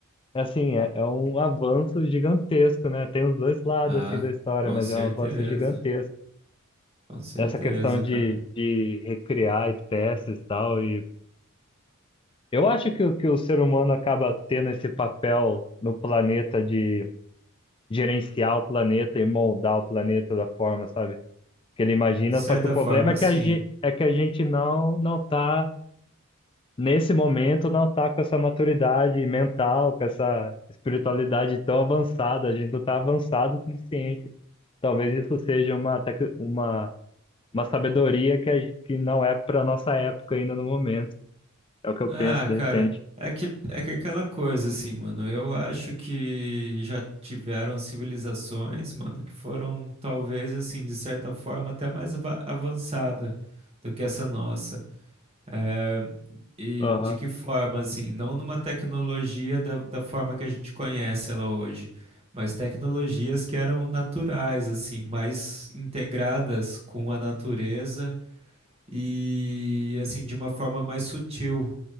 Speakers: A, on the left; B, on the right.
A: assim, é, é um avanço gigantesco, né? Tem os dois lados,
B: Ah,
A: assim, da história,
B: com
A: mas
B: certeza.
A: é um avanço gigantesco.
B: Com certeza,
A: Essa questão de,
B: cara.
A: de recriar espécies e tal, e Eu acho que, o- que o ser humano acaba tendo esse papel no planeta de gerenciar o planeta e moldar o planeta da forma, sabe? Que ele imagina,
B: De certa
A: só que o problema
B: forma,
A: é que
B: sim.
A: a, ge- é que a gente não não tá nesse momento, não tá com essa maturidade mental, com essa espiritualidade tão avançada, a gente não tá avançado o suficiente. Talvez isso seja uma tec- uma uma sabedoria que a- que não é para nossa época ainda no momento. É o que eu
B: Ah,
A: penso
B: cara,
A: de repente.
B: é que é que aquela coisa assim, mano. Eu acho que já tiveram civilizações, mano, que foram talvez assim, de certa forma, até mais ava- avançada do que essa nossa. É, e
A: Aham,
B: de que forma, assim, não numa tecnologia da, da forma que a gente conhece ela hoje, mas tecnologias que eram naturais, assim, mais integradas com a natureza e assim de uma forma mais sutil